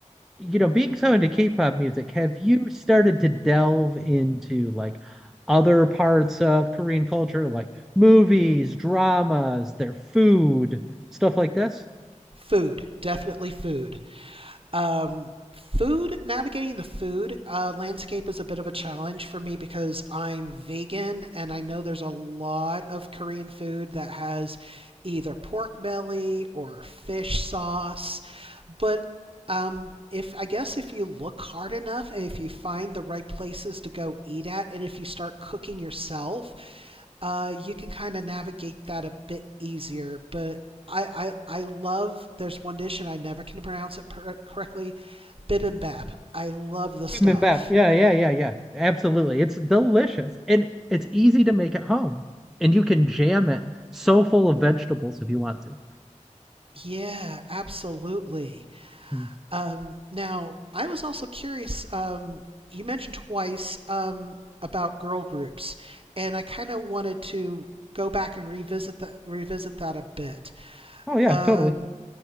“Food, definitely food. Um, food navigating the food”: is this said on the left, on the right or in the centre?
Right